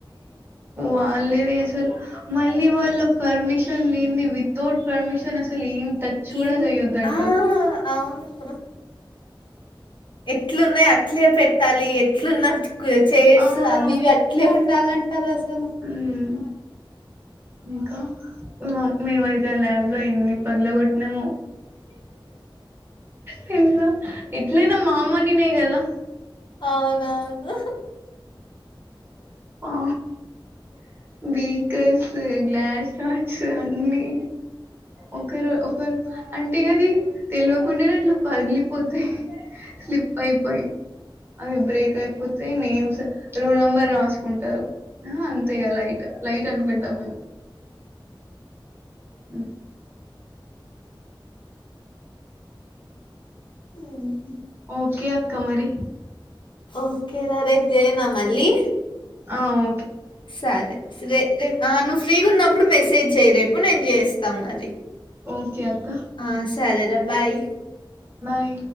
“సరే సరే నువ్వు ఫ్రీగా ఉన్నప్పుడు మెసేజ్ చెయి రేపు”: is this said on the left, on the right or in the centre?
Left